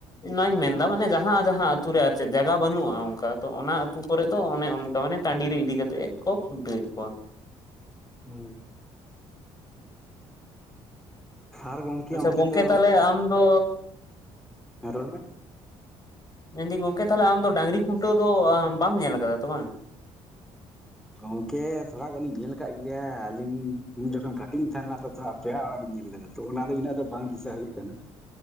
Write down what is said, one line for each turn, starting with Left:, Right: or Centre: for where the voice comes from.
Left: ᱚᱱᱟᱧ ᱢᱮᱱᱫᱟ ᱢᱟᱱᱮ ᱡᱟᱦᱟᱸ ᱡᱟᱦᱟᱸ ᱟᱹᱛᱩ ᱨᱮ ᱟᱨ ᱪᱮᱫ ᱡᱟᱭᱜᱟ ᱵᱟᱹᱱᱩᱜᱼᱟ ᱚᱱᱠᱟ ᱛᱚ ᱚᱱᱟ ᱟᱹᱛᱩ ᱠᱚᱨᱮ ᱫᱚ ᱚᱱᱮ ᱚᱱᱠᱟ ᱢᱟᱱᱮ ᱴᱟᱺᱰᱤ ᱨᱮ ᱤᱫᱤ ᱠᱟᱛᱮᱜ ᱠᱚ ᱠᱷᱩᱱᱴᱟᱹᱣ ᱮᱫ ᱠᱚᱣᱟ
Centre: ᱦᱩᱸ ᱟᱨ
Left: ᱟᱪᱪᱷᱟ
Centre: ᱚᱱᱛᱮ
Left: ᱜᱚᱝᱠᱮ
Centre: ᱫᱚ
Left: ᱛᱟᱦᱞᱮ ᱟᱢ ᱫᱚ
Centre: ᱦᱮᱸ ᱨᱚᱲ ᱢᱮ
Left: ᱢᱮᱱᱫᱤᱧ ᱜᱚᱢᱠᱮ ᱛᱟᱦᱞᱮ ᱟᱢ ᱫᱚ ᱰᱟᱝᱨᱤ ᱠᱷᱩᱱᱴᱟᱹᱣ ᱫᱚ ᱵᱟᱢ ᱧᱮᱞ ᱟᱠᱟᱫᱟ ᱛᱚ ᱵᱟᱝ,
Centre: ᱜᱚᱢᱠᱮ ᱛᱷᱚᱲᱟ ᱜᱟᱱ ᱤᱧ ᱧᱮᱞ ᱠᱟᱜ ᱜᱮᱭᱟ ᱟᱹᱞᱤᱧ ᱤᱧ ᱡᱚᱠᱷᱚᱱ ᱠᱟᱹᱴᱤᱡ ᱤᱧ ᱛᱟᱦᱮᱸ ᱞᱮᱱᱟ ᱛᱚ ᱛᱷᱚᱲᱟ ᱯᱮᱲᱟ ᱚᱲᱟᱜ ᱨᱤᱧ ᱧᱮᱞ ᱞᱮᱫᱟ ᱛᱚ ᱚᱱᱟ ᱫᱚ ᱤᱱᱟᱹᱜ ᱫᱚ ᱵᱟᱝ ᱫᱤᱥᱟᱹ ᱦᱩᱭᱩᱜ ᱠᱟᱱᱟ,